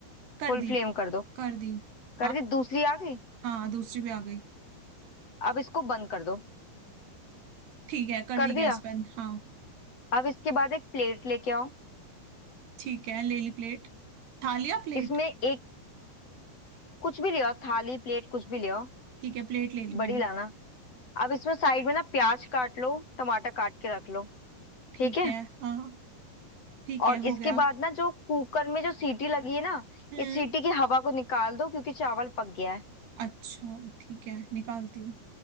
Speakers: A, on the right; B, on the left.
A: कर
B: फुल
A: दी
B: फ्लेम कर दो
A: कर दी
B: कर
A: आ,
B: दी दूसरी आ गई
A: हाँ दूसरी पे आ गई
B: अब इसको बंद कर दो
A: ठीक है कर
B: कर
A: दी
B: दिया
A: गैस बंद हाँ
B: अब इसके बाद एक प्लेट लेके आओ
A: ठीक है ले ली प्लेट खा लिया प्लेट
B: इसमें एक कुछ भी ले आओ थाली प्लेट कुछ भी ले आओ
A: ठीक है प्लेट ले ली मैंने
B: बड़ी लाना अब इसमें साइड में ना प्याज काट लो टमाटर काट के रख लो
A: ठीक
B: ठीक है
A: है हाँ ठीक
B: और
A: है
B: इसके
A: हो गया
B: बाद ना जो कुकर में जो सीटी लगी है ना
A: हम्म
B: इस सीटी की हवा को निकाल दो क्योंकि चावल पक गया है
A: अच्छा ठीक है निकालती हूँ